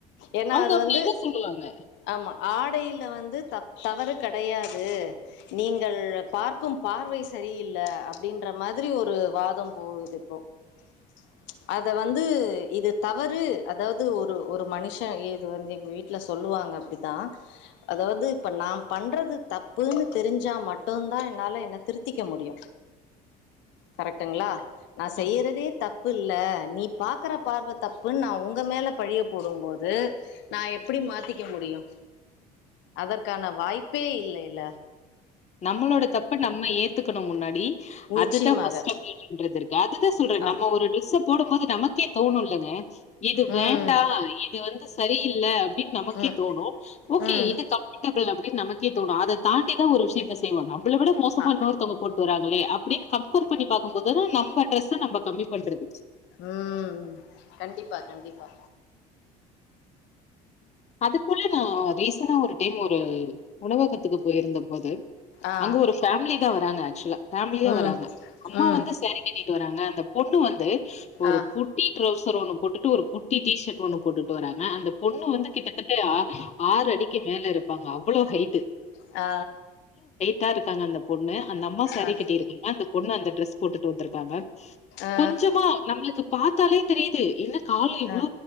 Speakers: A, on the left; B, on the left.
A: ஏன்னா
B: அவங்க
A: அது
B: அப்டி
A: வந்து
B: எது சொல்லுவாங்க
A: ஆமா ஆடைல வந்து தப் தவறு கெடையாது நீங்கள் பார்க்கும் பார்வை சரியில்ல அப்டின்ற மாதிரி ஒரு வாதம் போகுது இப்போ ம்ச் அத வந்து இது தவறு அதாது ஒரு ஒரு மனிஷே இது வந்து எங்க வீட்ல சொல்லுவாங்க அப்டித்தா அதாது இப்ப நா பண்றது தப்புன்னு தெரிஞ்சா மட்டுதா என்னால என்ன திருத்திக்க முடியு கரெக்டுங்ளா நா செய்யறதே
B: ஆமா
A: தப்பு இல்ல நீ பாக்ற பார்வ தப் தப்புன்னு நா ஒங்க மேல பழிய போடும்போது நா எப்டி மாத்திக்க முடியு அதற்கான வாய்ப்பே இல்லைல
B: நம்ளோட தப்ப நம்ப ஏத்துக்கனு முன்னாடி
A: நிச்சயமாக
B: அதுதா ஃபர்ஸ்ட்டு <inaudible> இருக்கு அதுதா சொல்றே
A: ஆம்
B: நம்ப ஒரு ட்ரெஸ்ஸ போடும் போது நமக் நமக்கே தோனு இல்லங்க இது
A: ம்
B: வேண்டா இது வந்து சரியில்ல அப்டின்னு நமக்கே
A: ம்
B: தோனு ஓகே
A: ம்
B: இது <inaudible> அப்டின்னு நமக் கே தோனு அத தாண்டி தா ஒரு விஷயோ இத செய்வோம் நம் இவள விட மோசமா
A: அ
B: இன்னொருத்தவங்க போட்டு வராங்க அப்டியே கம்பேர் பண்ணி பாக்கும் போது நம்ப ட்ரெஸ்ஸு நம்ப கம்மி பண்றது
A: ம் கண்டிப்பா கண்டிப்பா
B: அது போல நா ரீசண்டா ஒரு டைம் ஒரு உணவகத்துக்கு பொயிருந்த போது
A: ஆ
B: அங்க ஒரு ஃபேமிலி தா ஆக்சுலா ஃபேமிலியா
A: ம்
B: வராங்க அம்மா
A: ம்
B: வந்து சேரி கட்டிட்டு வராங்க அந்த பொண்ணு வந்து ஒரு
A: ஆ
B: குட்டி ட்ரௌசர் ஒன்னு போட்டுட்டு ஒரு குட்டி டீஷர்ட் ஒன்னு போட்டுட்டு வராங்க அந்த பொண்ணு வந்து ஆறு அடிக்கு மேல இருப்பாங்க அவ்ளோ ஹைட்டு
A: ஆ
B: தா இருக்காங்க அந்த பொண்ணு அந்த அம்மா சேரீ
A: அ
B: கட்டிருக்குள அந்த பொண்ணு அந்த ட்ரெஸ் போட்டு <unintelligible>
A: ஆ
B: கொஞ்சமா நம்லுக்கு. பாத்தாலே தெரியுது என்ன கால எவ்ளோ
A: அ